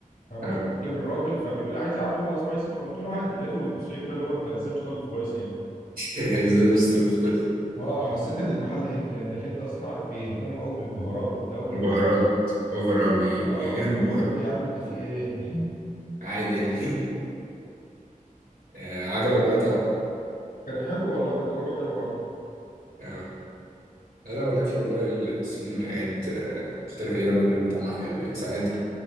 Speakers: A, on the left (about 80°); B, on the right (about 85°).
A: انا بطلب
B: أوي.
A: الاكل من الراجل فبيقول لي عايز عادي ولا سبايسي فقلت له عادي لقيته بيبص لي كده اللي هو انت ازاي مش طالبه سبايسي يعني
B: <laughs> زي مش طالب فل.
A: اه حسيت ان المحل هندي لان الهند اصلا عارف بيهتموا قوي بالبهارات والتوابل والحاجات
B: بهارات
A: دي.
B: أوفر أو بي-
A: اه
B: بيرموا
A: كنت اقول
B: بهارات
A: له إيه يا عم انت في ايه <laughs>
B: عادي يعني <laughs> آه، عجبك بقى طبعا
A: كان حلو والله كانت تجربه حلوه برضه
B: آه. لا لا والأكل والله الصين والحاجات آه، المختلفة دي والله بيبقى طعمها حلو يعني ساعات